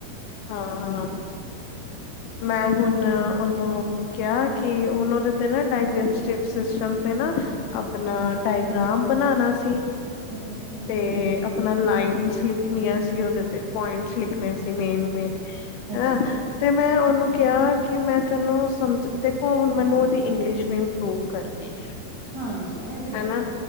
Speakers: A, on the left; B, on the right.
A: ਹਾਂ, ਹਾਂ। ਮੈਂ ਹੁਣ, ਉਹਨੂੰ ਕਿਹਾ ਕਿ ਹੁਣ ਉਹਦੇ ਤੇ ਨਾ ਡਾਇਜੈਸਟਿਵ ਸਿਸਟਮ ਤੇ ਨਾ ਆਪਣਾ ਡਾਇਗ੍ਰਾਮ ਬਣਾਣਾ ਸੀ
B: ਅੱਛਾ ਅੱਛਾ
A: ਤੇ ਅਪ ਆਪਣਾ ਲਾਈਨਸ ਲਿਖਣੀਆਂ ਸੀ ਉਹਦੇ ਤੇ, ਪੁਆਇੰਟਸ ਲਿਖਣੇ ਸੀ ਮੇਨ- ਮੇਨ ਹੈਂ
B: ਅੱਛਾ।
A: ਤੇ ਮੈਂ ਉਹਨੂੰ ਕਿਹਾ ਕਿ ਮੈਂ ਤੈਨੂੰ ਸਮਝ, ਦੇਖੋ ਹੁਣ ਮੈਨੂੰ ਉਹਦੀ ਇੰਗਲਿਸ਼ ਵੀ ਇੰਪਰੂਵ ਕਰ <unintelligible>
B: ਹਾਂਜੀ ਐ
A: ਹੈਨਾ,